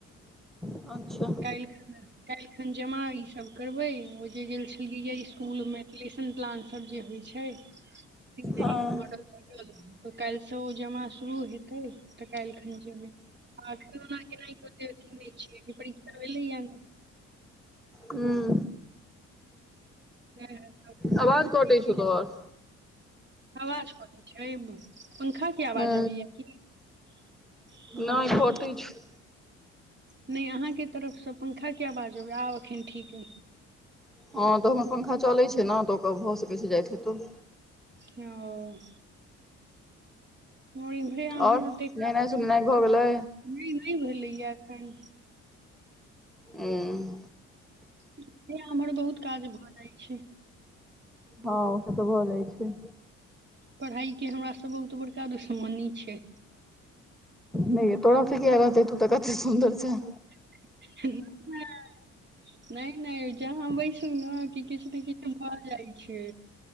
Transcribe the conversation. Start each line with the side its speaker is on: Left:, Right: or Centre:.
Centre: अच्छा।
Right: काल्हि खन काल्हि खन जमा ई सब करबै ओ जे गेल छलियैये इसकुलमे। सेशन प्लान सब जे होइ छै। त
Centre: हँ
Right: काल्हिसँ ओ जमा शुरू हेतै त काल्हि खन जेबै। आखिर ओना गेनाइ कोनो अथि नै छै, डेट छलैये।
Centre: हुं।
Right: न
Centre: आवाज
Right: <unintelligible>
Centre: कटै छौ तोहर
Right: आवाज कते छै ऐ मे पंखा। के आवाज
Centre: हूँ
Right: अबैये कि हुं।
Centre: नहि कटै छै
Right: नहि अहाँके तरफसँ पंखा किया बाजब आब एखैन ठीक अछि।
Centre: हँ त हमर पंखा चलैत छै ने त ओकर भ सकैत छै जाइत हेतइ।
Right: हं। आर इम्हरे आमहर
Centre: और
Right: मे एते काज
Centre: नहेनाइ
Right: सब,
Centre: सोनेनाइ भऽ गेलै
Right: निंथ नहि भेलैए एखन।
Centre: हुं।
Right: एम्हर आम्हर बहुत काज भ जाइ छै।
Centre: हॅ से त भ जाइ छै।
Right: पढ़ाइके हमरा सबमे त बड़का दुश्मनी छै।
Centre: नहि यै तोड़ा से किया रहतै तु त कते सुन्दर छें।
Right: <unintelligible> नै नै जहाँ बैसु ने कि किछु ने किछु भ जाइ छै।